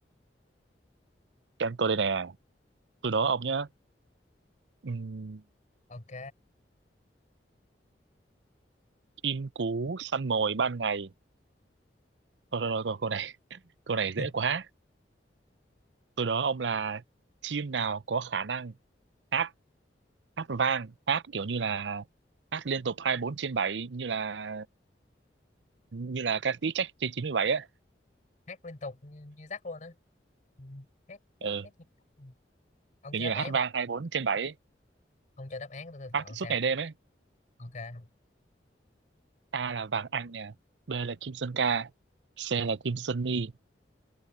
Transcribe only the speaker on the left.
Ok,
<laughs>
hát liên tục như, như rắc luôn á. Ừ, Hát,
hát, hát như... dắt. Ông
chưa
đáp
án
hả?
Ông cho đáp án tôi, tôi
chọn
xem.
ok